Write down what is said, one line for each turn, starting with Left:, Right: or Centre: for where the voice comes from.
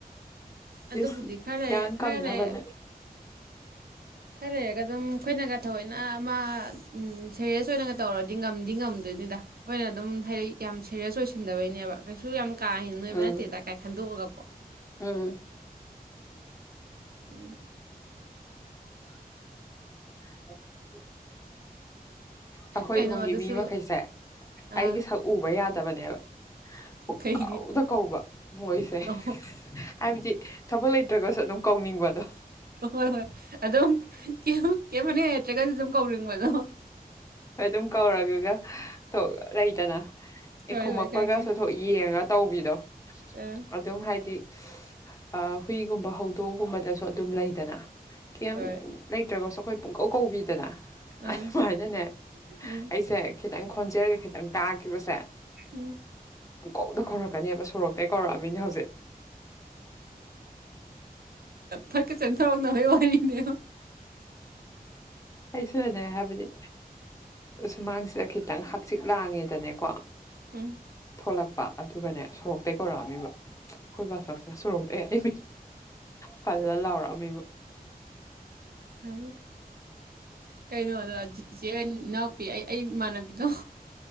Right: ꯑꯗꯨꯕꯨꯗꯤ
Left: ꯏꯁ
Right: ꯈꯔ
Left: ꯌꯥꯡ
Right: ꯈꯔ
Left: ꯀꯪꯅꯕꯅꯦ
Right: ꯈꯔ ꯂꯩꯔꯒ ꯑꯗꯨꯝ ꯑꯩꯈꯣꯏꯅꯒ ꯊꯑꯣꯏꯅ ꯑꯃ ꯎꯝ ꯁꯦꯔꯤꯌꯁ ꯑꯣꯏꯅꯒ ꯇꯧꯔꯗꯤ ꯉꯝꯗꯤ ꯉꯝꯗꯣꯏꯅꯤꯗ ꯑꯩꯈꯣꯏꯅ ꯑꯗꯨꯝ ꯍꯥꯏꯗꯤ ꯌꯥꯝ ꯁꯦꯔꯤꯌꯁ ꯑꯣꯏꯁꯤꯟꯗꯕꯩꯅꯦꯕ ꯀꯩꯁꯨ ꯌꯥꯝ ꯀꯥ ꯍꯦꯟꯅ ꯅꯣꯏꯕ
Left: ꯎꯝ
Right: ꯅꯠꯇꯦꯗ ꯀꯥꯏ ꯈꯟꯗꯣꯛꯑꯒ ꯀꯣ
Left: ꯎꯝ
Right: ꯑꯗꯨ
Left: <inaudible> ꯑꯩꯈꯣꯏ
Right: ꯀꯩꯅꯣ
Left: ꯏꯃꯨꯡꯒꯤ
Right: ꯑꯗꯨꯁꯨ
Left: ꯃꯤ ꯃꯈꯩꯁꯦ ꯑꯩꯒꯤ
Right: ꯑꯥ
Left: ꯁꯛ ꯎꯕ ꯌꯥꯗꯕꯅꯦꯕ ꯄꯨꯀꯥꯎꯗ
Right: ꯀꯩꯒꯤ
Left: ꯀꯧꯕ ꯃꯣꯏꯁꯦ
Right: ꯑꯣ
Left: ꯍꯥꯏꯕꯗꯤ ꯊꯕꯛ ꯂꯩꯇ꯭ꯔꯒꯁꯨ ꯑꯗꯨꯝ ꯀꯧꯅꯤꯡꯕꯗꯣ
Right: ꯍꯣꯏ ꯍꯣꯏ ꯑꯗꯨ ꯑꯗꯨꯝ ꯀ ꯀꯦ ꯃꯅꯤ ꯑꯦꯇ꯭ꯔꯒ ꯑꯗꯨꯝ ꯀꯧꯔꯤꯕꯗꯣ
Left: ꯑꯗꯨꯝ ꯀꯧꯔꯒꯒ ꯂꯩꯇꯅ
Right: ꯍꯣꯏ
Left: ꯈꯨꯝꯃꯛꯄꯒꯁꯨ
Right: ꯍꯣꯏ ꯈꯪꯉꯦ
Left: ꯊꯣꯛ ꯌꯦꯡꯉ ꯇꯧꯕꯤꯗꯣ
Right: ꯑꯥ
Left: ꯑꯗꯨꯝ ꯍꯥꯏꯗꯤ ꯑ ꯍꯨꯏꯒꯨꯝꯕ ꯍꯧꯗꯣꯡꯒꯨꯝꯕꯗꯁꯨ ꯑꯗꯨꯝ ꯂꯩꯗꯅ ꯀꯩ
Right: ꯍꯣꯏ
Left: ꯂꯩꯇ꯭ꯔꯒꯁꯨ ꯑꯩꯈꯣꯏ ꯄꯨꯡꯀꯧ ꯀꯧꯕꯤꯗꯅ
Right: ꯑꯥ
Left: ꯑꯗꯨꯃꯥꯏꯅꯅꯦ
Right: ꯎꯝ
Left: ꯑꯩꯁꯦ ꯈꯤꯇꯪ ꯈꯣꯟꯖꯦꯜꯒ ꯈꯤꯇꯪ ꯇꯥꯈꯤꯕꯁꯦ
Right: ꯎꯝ
Left: ꯄꯨꯡꯀꯧꯗ ꯀꯧꯔꯛꯀꯅꯦꯕ ꯁꯣꯔꯣꯛꯇꯩ ꯀꯧꯔꯛꯑꯃꯤꯅ ꯍꯧꯖꯤꯛ
Right: ꯐꯛꯀ ꯆꯟꯊꯧꯔꯛꯅꯕꯩ ꯋꯥꯅꯤꯅꯦ
Left: ꯑꯩꯁꯨꯅꯅꯦ ꯍꯥꯏꯕꯗꯤ ꯁꯨꯃꯥꯡꯁꯤ ꯈꯤꯇꯪ ꯍꯛꯆꯤꯛ ꯂꯥꯡꯉꯦꯗꯅꯦꯀꯣ
Right: ꯎꯝ
Left: ꯊꯣꯛꯂꯛꯄ ꯑꯗꯨꯒꯅꯦ ꯁꯣꯔꯣꯛꯇꯩ ꯀꯧꯔꯛꯑꯝꯃꯤꯕ ꯑꯩꯈꯣꯏꯕꯥꯁꯣꯔꯁꯤꯅ ꯁꯣꯔꯣꯛꯇꯩ ꯑꯩ ꯄꯜꯂ ꯂꯥꯎꯔꯛꯑꯃꯤꯕ
Right: ꯍ ꯀꯩꯅꯣꯗ ꯖꯤꯆꯦ ꯏꯅꯥꯎꯄꯤ ꯑꯩ ꯑꯩ ꯏꯃꯥꯟꯅꯕꯤꯗꯣ